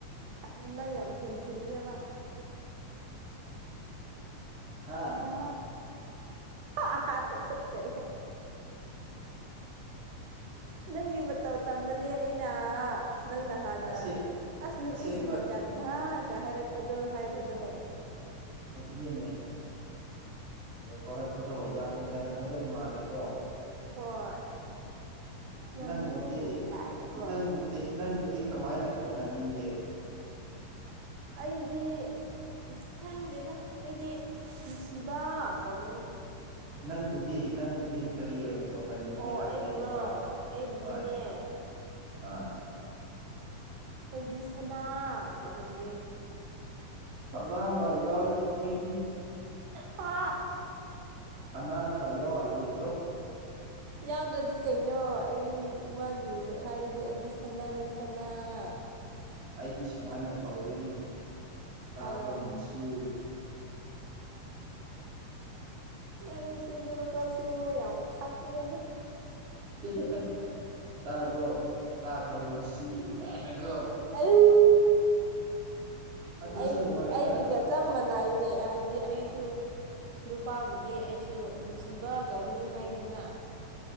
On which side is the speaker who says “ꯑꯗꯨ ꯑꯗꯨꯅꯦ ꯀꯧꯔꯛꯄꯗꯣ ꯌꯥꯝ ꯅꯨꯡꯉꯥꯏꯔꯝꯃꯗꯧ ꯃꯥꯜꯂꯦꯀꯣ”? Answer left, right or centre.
Right